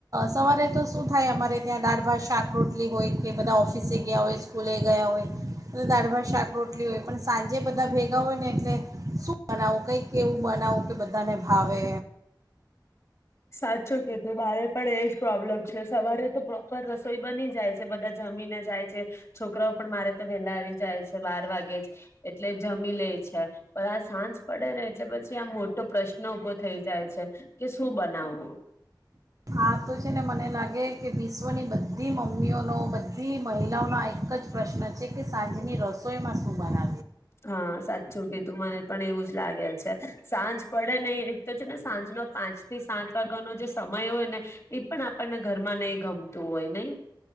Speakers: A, on the right; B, on the left.
A: સવારે તો શું થાય અમારે ત્યાં દાળ ભાત શાક રરોટલી હોય કે બધા ઓફિસે ગયા હોય સ્કૂલે ગયા હોય બ દાારઢભા શાક રોટલી હોય પણ સાંજે બધા ભેગા હોય ને શું બનાવું કઈ એવું બનાવું કે બધાને હાવવે
B: સાચું કી તું બારે પણ એ પ્રોબ્લેમ છે સવારે તો પ્રોપર રસોઈ બની જાય છે બધા જમીને જાય છે છોકરાઓ પણ મારે તો વેલા આવી જાય છે બાર વાગે જ એટલે જમી લે છે પણ આ સાંજ પડે ને એટલે પછી આ મોટો પ્રશ્ન ઉભો થઈ જાય છે કે શું બને ના
A: આ તો છે ને મને લાગે કે વિશ્વની બધી મમ્મીઓનો બધી મહિલાઓનો એક જ પ્રશ્ન છે કે સાંજની રસોઈમાં શું બનાવે
B: હા સાચું કીધું મને પણ એવું જ લાગે છે સાંજ પડે નહી એક તો છે ને સાંજનો પાંચ થી સાત વાગ્યાનો જે સમય હોય ને એ પણ આપણને ઘરમાં નહ ગમતું હોય નહ